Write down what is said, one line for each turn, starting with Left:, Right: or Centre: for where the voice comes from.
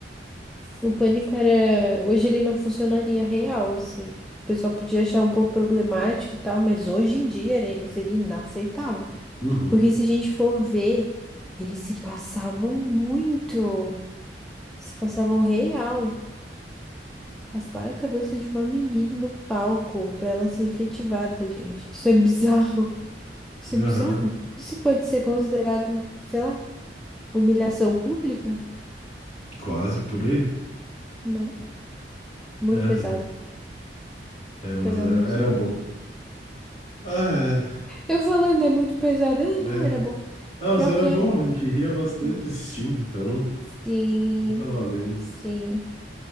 Centre: O pânico era. Hoje ele não funcionaria real, assim. O pessoal podia achar um pouco problemático e tal, mas hoje em dia era- ele seria inaceitável.
Left: Uhum,
Centre: Porque se a gente for ver, eles se passavam muito. Se passavam real. Rasparam a cabeça de uma menina no palco pra ela ser efetivada, gente. Isso é bizarro. Isso é bizarro.
Left: aham,
Centre: Isso pode ser considerado, sei lá. Humilhação pública,
Left: quase por aí.
Centre: né? Muito
Left: É,
Centre: pesado,
Left: é,
Centre: muito
Left: é, mas
Centre: pesado
Left: era,
Centre: mesmo.
Left: era bom. Ah,
Centre: Eu falando, é muito pesado. Ah,
Left: é,
Centre: não, era bom.
Left: é. Não,
Centre: Pior
Left: mas era
Centre: que
Left: bom,
Centre: era.
Left: a gente ria bastante
Centre: Era.
Left: assistindo, então,
Centre: Sim,
Left: então tá valendo.
Centre: sim.